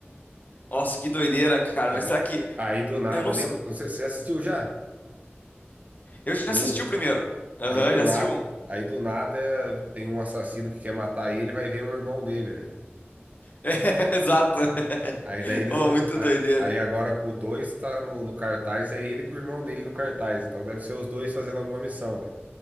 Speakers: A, on the left; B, on the right.
A: Nossa, que doideira, cara.
B: Ago-
A: Mas será que.
B: Aí do nada,
A: Eu não.
B: lembra?
A: s-
B: Não sei, você já assistiu já?
A: Eu já
B: Um.
A: assisti o primeiro. Aham,
B: Aí do
A: já
B: nada,
A: assisti um.
B: aí do nada tem um assassino que quer matar ele, vai ver o irmão dele, velho.
A: <laughs> Exato. <laughs>
B: Aí daí eles
A: Oh,
B: não.
A: muito
B: a-
A: doideira.
B: Aí agora o dois tá no, no cartaz, é ele com o irmão dele no cartaz. Então deve ser os dois fazendo alguma missão, velho.